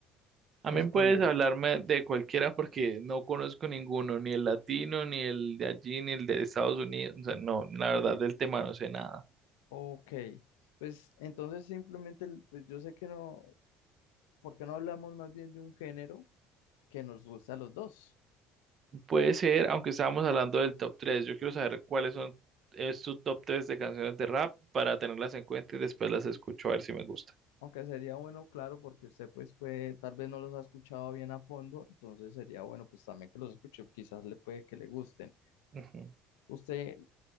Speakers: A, on the right (about 45°); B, on the left (about 85°).
A: también
B: es como
A: puedes hablarme de cualquiera porque no conozco ninguno, ni el latino, ni el de allí, ni el de Estados Unidos. O sea, no, la verdad del tema no sé nada.
B: Ok, pues entonces simplemente, el- pues yo sé que no, ¿por qué no hablamos más bien de un género que nos gusta a los dos?
A: Puede ser, aunque estábamos hablando del top 3, yo quiero saber cuáles son, es tu top 3 de canciones de rap para tenerlas en cuenta y después las escucho a ver si me gusta.
B: Aunque sería bueno, claro, porque usted pues, pues tal vez no los ha escuchado bien a fondo, entonces sería bueno pues también que los escuche, quizás le puede que le gusten.
A: Ujú.
B: Usted,